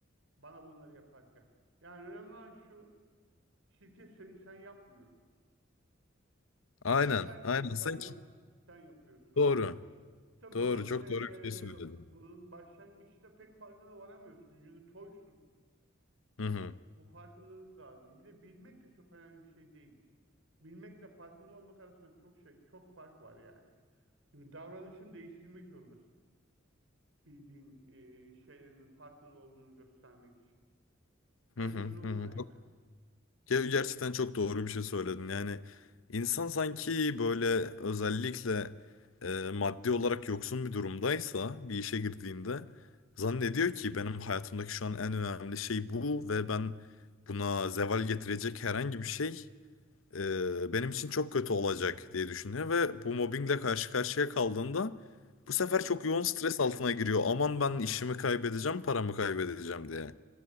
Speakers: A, on the right; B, on the left.
A: bana bunları yaparken. Yani önemli olan şu, şirket seni sen yapmıyor.
B: Aynen.
A: Sen kendini
B: Aynen. Sanki
A: sen yap, sen yapıyorsun.
B: doğru.
A: Tabii
B: Doğru.
A: bunun
B: Çok
A: eee,
B: doğru bir şey söyledin.
A: bunun başlangıçta pek farkına varamıyorsun. Çünkü toysun.
B: Hı hı.
A: Bu farkındalık lazım. Bir de bilmek de çok önemli bir şey değil. Bilmekle farkında olmak arasında çok şey, çok fark var yani. Çünkü davranışını değiştirmek zorundasın. Bildiğin eee, şeylerin farkında olduğunu göstermek için. Böyle
B: Hı hı.
A: bir durum
B: Hı hı.
A: var yani.
B: Ya gerçekten çok doğru bir şey söyledin. Yani insan sanki böyle özellikle e, maddi olarak yoksun bir durumdaysa bir işe girdiğinde zannediyor ki benim hayatımdaki şu an en önemli şey bu ve ben buna zeval getirecek herhangi bir şey e, benim için çok kötü olacak diye düşünüyor ve bu mobbingle karşı karşıya kaldığında bu sefer
A: Hı
B: çok yoğun stres altına giriyor. Aman ben işimi kaybedeceğim, paramı kaybedeceğim diye.